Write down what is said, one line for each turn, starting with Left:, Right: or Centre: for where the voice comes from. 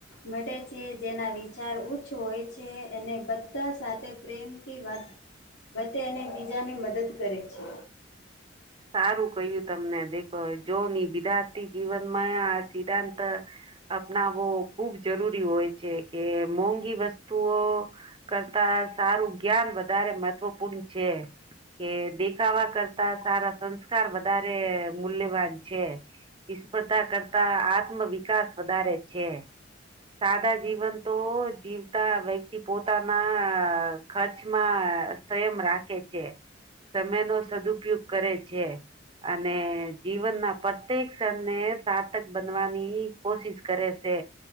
Left: મ છે જેના વિ ચાર ઉચ્ચ હોય છે અનેને બધા સાથે પ્રેમથી વાત વ એને બીજા ને મદદ કરે છે
Right: સારું કહ્યું તમને દેખો જો ની બધાર્થી જીવનમાં આ સિદ્ધાંત અપનાવો ખૂબ જરૂરી હોય છે કે મોંઘી વસ્તુઓ કરતા સારું જ્ઞાન વધારે મહત્વપૂર્ણ છે કે દેખાવા કરતા સારા સંસ્કાર વધારે મૂલ્યવાન છે સ્પર્ધા કરતા આત્મ વિકાસ વધારે છે સાદા જીવન તો જીવતા વ્યક્તિ પોતાના ખર્ચમાં સંયમ રાખે છે સમય નો સદુપયોગ કરે છે છે અને જીવનના પ્રત્યેક ક્ષણ ને સાર્થક બનવાની કોશિશ કરે છે